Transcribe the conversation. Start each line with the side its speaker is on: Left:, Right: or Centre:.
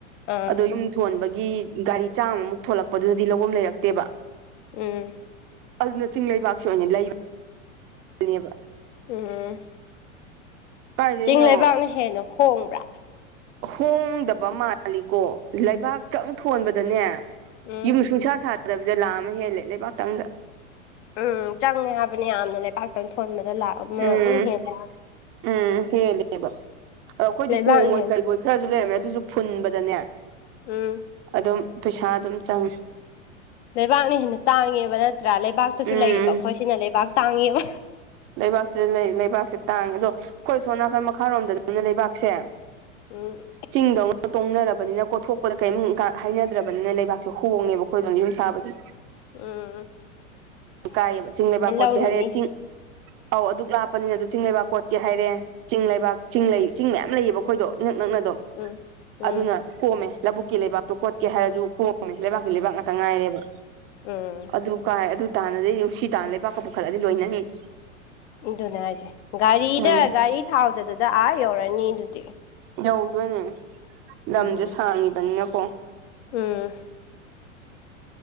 Left: ꯑꯥ
Right: ꯑꯗꯣ ꯌꯨꯝ ꯊꯣꯟꯕꯒꯤ ꯒꯥꯔꯤ ꯆꯥꯝꯃꯃꯨꯛ ꯊꯣꯂꯛꯄꯗꯨꯗꯗꯤ ꯂꯧꯕ ꯂꯩꯔꯛꯇꯦꯕ
Left: ꯎꯝ
Right: ꯑꯗꯨꯅ ꯆꯤꯡ ꯂꯩꯕꯥꯛꯁꯦ ꯑꯣꯏꯅ ꯂꯩꯕ ꯅ‌ꯦꯕ
Left: ꯎꯝ
Right: ꯀꯥꯏꯗꯩꯩꯅꯣ
Left: ꯆꯤꯡ ꯂꯩꯕꯥꯛꯅ ꯍꯦꯟꯅ ꯍꯣꯡꯕ꯭ꯔꯥ
Right: ꯍꯣꯡꯗꯕ ꯃꯥꯜꯂꯤꯀꯣ ꯂꯩꯕꯥꯛꯇꯪ ꯊꯣꯟꯕꯗꯅꯦ
Left: ꯎꯝ
Right: ꯌꯨꯝ ꯁꯨꯡꯁꯥ ꯁꯥꯗꯕꯤꯗ ꯂꯥꯑ ꯑꯃ ꯍꯦꯜꯂꯦ ꯂꯩꯕꯥꯛꯇꯪꯗ
Left: ꯎꯝ ꯆꯪꯉꯦ ꯍꯥꯏꯕꯅꯤ ꯌꯥꯝꯅ ꯂꯩꯄꯥꯛꯥꯛꯇꯪ ꯊꯣꯟꯕꯗ ꯂꯥꯛ ꯑꯃ
Right: ꯎꯝ
Left: ꯑꯗꯨꯝ ꯍꯦꯜꯂꯦ
Right: ꯎꯝ ꯍꯦꯜꯂꯦꯕ ꯑꯗꯣ ꯑꯩꯈꯣꯏꯗꯤ
Left: ꯂꯩꯕꯥꯛꯅ
Right: ꯀꯣ ꯃꯣꯏ
Left: ꯍꯦꯟꯅ
Right: ꯀꯜꯕꯣꯏ ꯈꯔꯁꯨ ꯂꯩꯔꯝꯃꯦ ꯑꯗꯨꯁꯨ ꯐꯨꯟꯕꯗꯅꯦ
Left: ꯎꯝ
Right: ꯑꯗꯨꯝ ꯄꯩꯁꯥ ꯑꯗꯨꯝ ꯆꯪꯉ‌ꯦ
Left: ꯂꯩꯕꯥꯛꯅ ꯍꯦꯟꯅ ꯇꯥꯡꯉꯦꯕ ꯅꯠꯇ꯭ꯔꯥ ꯂꯩꯕꯥꯛꯇꯁꯨ
Right: ꯎꯝ
Left: ꯂꯩꯔꯤꯕ ꯑꯩꯈꯣꯏꯁꯤꯅ ꯂꯩꯕꯥꯛ ꯇꯥꯡꯉꯦꯕ
Right: ꯂꯩꯕꯥꯛꯁꯤꯗ ꯂꯩ ꯂꯩꯕꯥꯛꯁꯦ ꯇꯥꯡꯉꯦ ꯑꯗꯣ ꯑꯩꯈꯣꯏ ꯁꯣꯝ ꯅꯥꯀꯟ ꯃꯈꯥꯔꯣꯝꯗ ꯑꯗꯨꯅ ꯂꯩꯕꯥꯛꯁꯦ
Left: ꯎꯝ
Right: ꯆꯤꯡꯗꯧꯅ ꯇꯣꯡꯅꯔꯕꯅꯤꯅ ꯀꯣꯊꯣꯛꯄꯗ ꯀꯔꯤꯝ ꯍꯥꯏꯅꯗ꯭ꯔꯕꯅꯤꯅ ꯂꯩꯕꯥꯛꯁꯦ ꯍꯣꯡꯉꯦꯕꯀꯣ ꯑꯩꯈꯣꯏꯗꯅ ꯌꯨꯝ ꯁꯥꯕꯗꯤ
Left: ꯎꯥ
Right: ꯀꯥꯏꯑꯕ ꯆꯤꯡ ꯂꯩꯕꯥꯛ ꯈꯣꯠꯀꯦ
Left: ꯂꯧꯔꯨꯅꯤ
Right: ꯍꯥꯏꯔꯦ ꯆꯤꯡ ꯑꯧ ꯑꯗꯨꯛ ꯂꯥꯛꯄꯅꯤꯅ ꯑꯗꯨ ꯆꯤꯡ ꯂꯩꯕꯥꯛ ꯀꯣꯠꯀꯦ ꯍꯥꯏꯔꯦ ꯆꯤꯡ ꯂꯩꯕꯥꯛ ꯆꯤꯡ
Left: ꯎꯝ
Right: ꯆꯤꯡ ꯃꯌꯥꯝ ꯂꯩꯌꯦꯕ ꯑꯩꯈꯣꯏꯗꯣ ꯅꯅꯛ ꯅꯛꯅ ꯑꯗꯨꯝ
Left: ꯎꯝ ꯎꯝ
Right: ꯑꯗꯨꯅ ꯀꯣꯝꯃꯦ ꯂꯧꯕꯨꯛꯀꯤ ꯂꯩꯕꯥꯛꯇꯣ ꯀꯣꯠꯀꯦ ꯍꯥꯏꯔꯁꯨ ꯀꯣ ꯂꯩꯕꯥꯛꯀꯤ ꯂꯩꯕꯥꯛ ꯉꯥꯛꯇ ꯉꯥꯏꯅꯦꯕ
Left: ꯎꯝ
Right: ꯑꯗꯨ ꯀꯥꯏ ꯑꯗꯨ ꯇꯥꯟꯅꯗꯤ ꯅꯨꯡꯁꯤ ꯇꯥꯟꯅ ꯂꯩꯕꯥꯛꯀ ꯄꯨꯈꯠꯂꯗꯤ ꯂꯣꯏꯅꯅꯤ
Left: ꯑꯗꯨꯅꯦ ꯍꯥꯏꯁꯦ ꯒꯥꯔꯤꯗ
Right: ꯎꯝ
Left: ꯒꯥꯔꯤ ꯊꯥꯎꯗꯗꯨꯗ ꯑꯥ ꯌꯧꯔꯅꯤ ꯑꯗꯨꯗꯤ
Right: ꯌꯧꯗꯣꯏꯅꯦ ꯂꯝꯁꯦ
Left: ꯎꯝ
Right: ꯁꯥꯡꯉꯤꯕꯅꯤꯅꯀꯣ
Left: ꯎꯝ